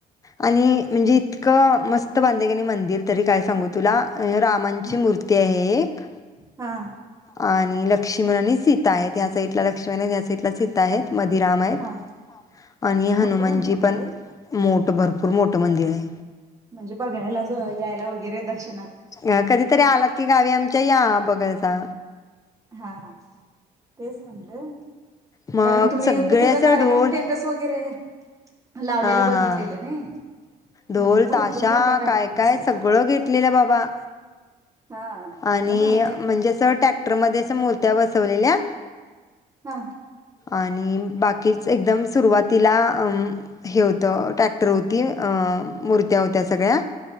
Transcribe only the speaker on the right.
हा
हा
हा
मोठं मंदिर बांधलंय
म्हणजे बघायला जो यायला वगैरे दर्श
हा‌ तेच म्हंटलं
कारण तुम्ही
एक तुझा
कार्यक्रम
टेटस वगैरे लावलेल
बघितलेलं
नाही
म्हटलं
भरपूर मोठा कार्यक्रम
दिसालता
हा
मग भारी आहे
हा